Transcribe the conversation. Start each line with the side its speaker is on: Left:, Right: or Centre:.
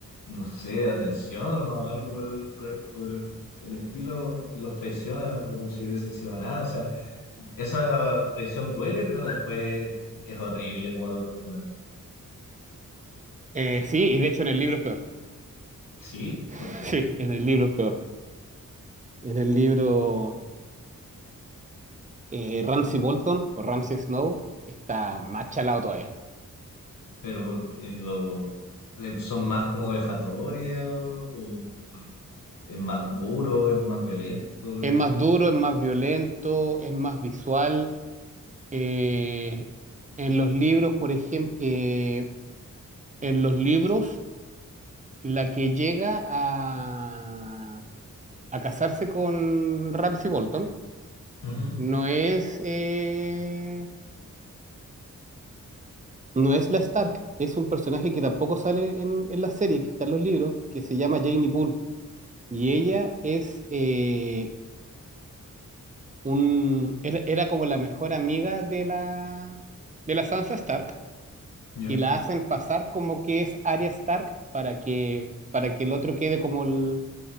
Left: no sé, de atención o algo por el, re- por el el estilo, los traiciona como si hubiesen sido nada. O sea, esa traición duele, pero después es horrible como la tortura.
Right: Eh, sí, y de hecho en el libro es peor.
Left: Sí,
Right: <laughs>
Left: ¿por qué?
Right: Sí, en el libro es peor. En el libro. eh, Ramsay Bolton o Ramsay Snow está más chalado todavía.
Left: pero eh, lo, eh, son más como vejatorias o, o es más duro, es más violento.
Right: Es
Left: que-
Right: más duro, es más violento, es más visual. Eh, en los libros, por ejemplo, eh, en los libros, la que llega a, a casarse con Ramsay Bolton
Left: Ujú,
Right: no es, eh, no es la Stark, es un personaje que tampoco sale en, en la serie, que está en los libros, que se llama Janie Poole. Y ella es eh, un, era, era como la mejor amiga de la, de la Sansa Stark
Left: ya,
Right: y la hacen pasar como que es Arya Stark para que, para que el otro quede como el,